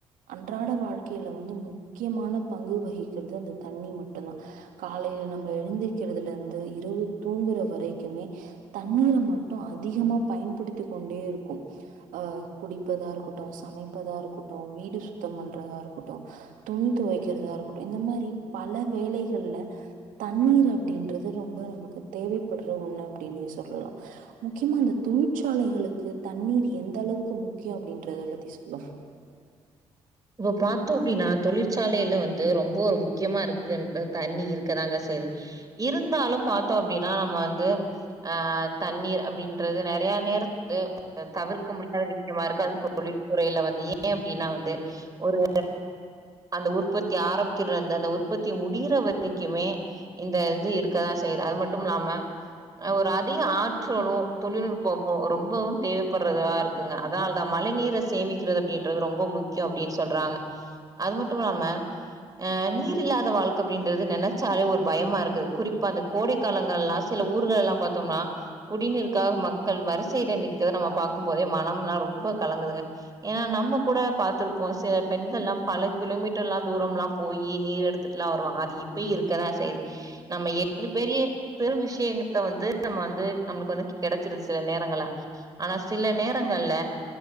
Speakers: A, on the right; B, on the right.
A: அன்றாட வாழ்க்கையில வந்து முக்கியமான பங்கு வகிக்கறது அந்த தண்ண மட்டுதா காலையில நம்ம எழுந்தக்கிறதுல இருந்து இரவு தூங்குற வரைக்குமே தண்ணீர மட்டும் அதிகமா பயன்படுத்தி கொண்டே இருக்கும் அ குடி தா இருக்கட்டு சமைப்பதா இருக்கட்டு வீடு சுத்தம் பண்றதா இருக்கட்டு துணி தொவைக்கிறதா இருக்கட்டு இந்த மாரி பல வேலைகள்ல தண்ணீர் அப்டின்றது ரொம்ப நமக்கு தேவைப்படுற ஒண்ணு அப்டினே சொல்லலா முக்கியமா அந்த தொழிற்சாலைகளுக்கு தண்ணீர் எந்த அளவுக்கு மு கே அப்டின்றத பத்தி சொல்லும்
B: இப் பாத்தோ அப்டினா தொழிற்சாலையில வந்து ரொம்ப ஒரு முக்கியமா இருக்கு தண்ணிர் இருக்கதாங்க செய்து இருந்தாலு பாத்தோ அப்டினா நம்ம வந்து ஆஹ் தண்ணீர் அப்டின்றது நெறய நேர வந்து தவிர்க்க முடியாத விஷயமா இருக்கும் அது தொழில் துறையில வந்து ஏன் அப்டின்னா வந்து ஒரு அந்த உற்பத்தி ஆரம்பிக்கிறது வந்து அந்த உற்பத்தி முடிற வரைக்குமே இந்த இது இருக்கதா செய்யுது அது மட்டு இல்லாம ஹ் ஒரு அதிக ஆற்றலு தொழில்நுட்பமு ரொம்பவு தேவைப்படுறததா இருக்குங்க அதனால தா மழை நீரை சேமிக்கிறது அப்டின்றது ரொம்ப முக்கிய அப்டின்னு சொல்றாங்க அது மட்டும் இல்லாம ஆஹ் நீர் இல்லாத வாழ்க்க அப்டின்றது நெனைச்சாலே ஒரு பயமா இருக்குது குறிப்பா அந்த கோடை காலங்கள் எலாம் சில ஊர்கள் எல்லாம் பாத்தோம்னா குடிநீருக்காக மக்கள் வரிசையில நிற்கிறத நம்ம பாக்கும் போதே மனம்ல்லாம் ரொம்ப கலங்குதுங்க ஏன்னா நம்ம கூட பார்த்திருப்போ சில பெண்கள்லல்லா பல கிலோமீட்டர் எல்லா தூரம் எல்லா போய் நீர் எடுத்துட்டுலா வருவாங்க அது இப்ப இருக்கதா செய்து நம்ம எந்த பெரிய பெரு விஷயத்த வந்து நம்ம வந்து நம்மளுக்கு வந்து கெடைச்சிருது சில நேரங்கள்ல ஆனா சில நேரங்கள்ல